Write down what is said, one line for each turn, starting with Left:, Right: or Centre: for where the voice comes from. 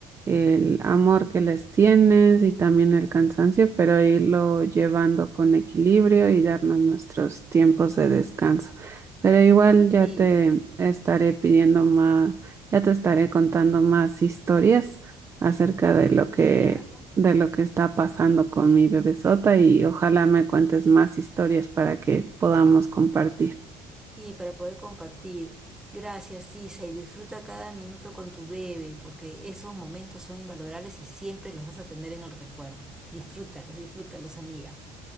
Right: el amor que les tienes y también el cansancio, pero irlo llevando con equilibrio y darnos nuestros tiempos de descanso. Pero igual ya
Centre: Sí,
Right: te estaré pidiendo más, ya te estaré contando más historias acerca de lo que
Centre: Ya.
Right: de lo que está pasando con mi bebesota y ojalá me cuentes más historias para que podamos compartir.
Centre: y para poder compartir. Gracias, Isa, y disfruta cada minuto con tu bebé, porque esos momentos son invalorables y siempre los vas a tener en el recuerdo. Disfrútalos, disfrútalos, amiga.